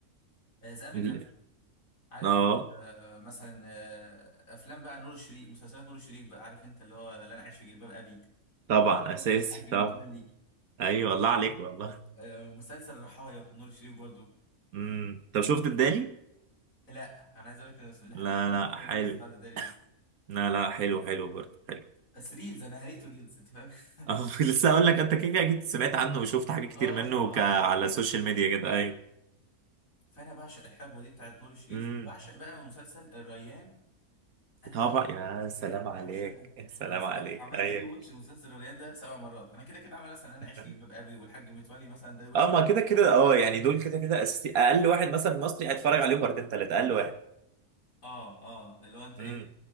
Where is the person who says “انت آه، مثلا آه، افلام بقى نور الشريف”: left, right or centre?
Left